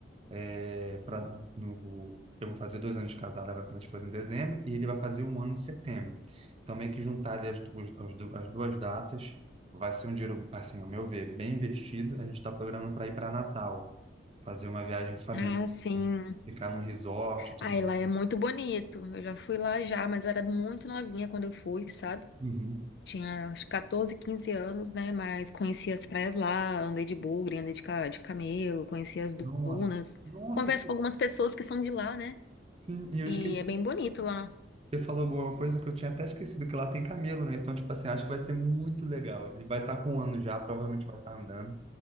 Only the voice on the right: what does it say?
é, pra, no, eu vou fazer dois anos de casado agora com minha esposa em dezembro e ele vai fazer um ano em setembro. Então meio que juntar ali as, duas- as du- as duas datas vai ser um dinheiro, assim, ao meu ver, bem investido. A gente está programando para ir para Natal, fazer uma viagem em família,
assim,
ficar num resort e tudo
mais.
Uhum.
Nossa,
nossa,
esque-
sim, e eu
esqueci.
Você falou alguma coisa que eu tinha até esquecido, que lá tem camelo, né? Então, tipo assim, acho que vai ser muito legal. Ele vai estar com um ano já, provavelmente vai estar andando.